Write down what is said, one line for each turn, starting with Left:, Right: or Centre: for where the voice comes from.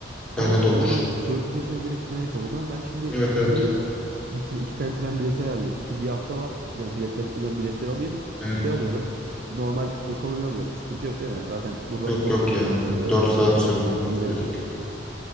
Right: Aa
Centre: Öyle de olur.
Right: doğru. Söğütlü Çeşme'den direkt tren yapalım. O zaman ben şimdi
Centre: Evet
Right: gideyim.
Centre: evet.
Right: Bir tre- iki tane tren bileti ayarlayayım. Çünkü bir hafta var. Yani biletler bitmeden biletleri alayım.
Centre: Evet.
Right: Şey alıyorum. Normal ekonomi alıyorum. Sıkıntı yok değil mi? Zaten buradan
Centre: Yok
Right: 4
Centre: yok
Right: saat
Centre: ya.
Right: falan sürüyor.
Centre: 4 saat sürüyor.
Right: dört saatte gideriz.
Centre: Gerek yok.